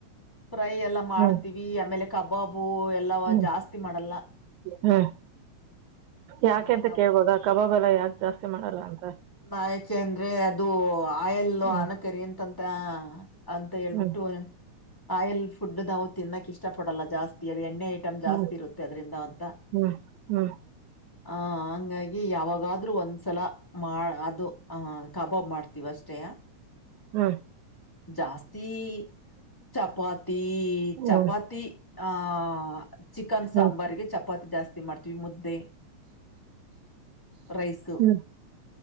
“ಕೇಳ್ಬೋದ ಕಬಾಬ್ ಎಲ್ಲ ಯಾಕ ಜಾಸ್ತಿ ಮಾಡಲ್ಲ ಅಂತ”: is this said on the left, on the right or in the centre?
Right